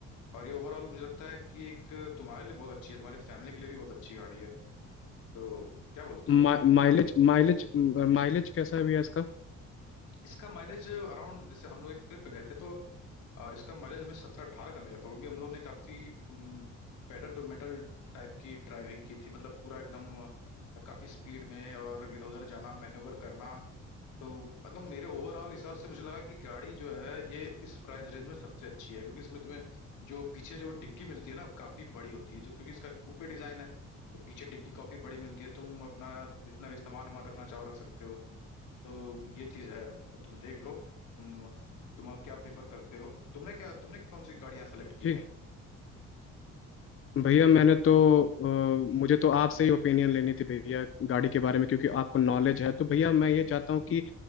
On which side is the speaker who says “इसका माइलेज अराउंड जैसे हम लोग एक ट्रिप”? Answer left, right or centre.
Left